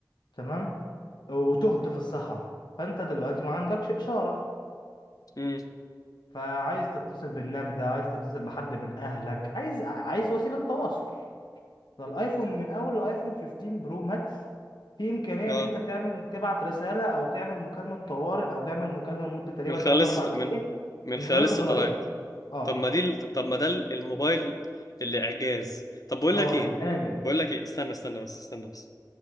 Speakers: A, on the left; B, on the left.
A: تمام وتهت في الصحراء فأنت دلوقتي ما عندكش إشارة
B: امم
A: فعايز تتصل بالنجدة عايز تتصل بحد من أهلك عايز عايز وسيلة تواصل فالايفون من اول الايفون 15 برو ماكس في امكانيه
B: اه
A: ان انت تعمل تبعت رساله او تعمل مكالمه طوارئ او تعمل مكالمه لمده تقريبا
B: من خلال
A: 3
B: الست...
A: 4
B: من
A: دقائق
B: من
A: من
B: خلال
A: خلال
B: الساتلايت
A: ساتلايت اه
B: طب ما دي ال- طب ما ده ال- الموبايل اللي اعجاز طب بقول
A: اه
B: لك ايه
A: الامن
B: بقول لك ايه استنى استنى بس استنى بس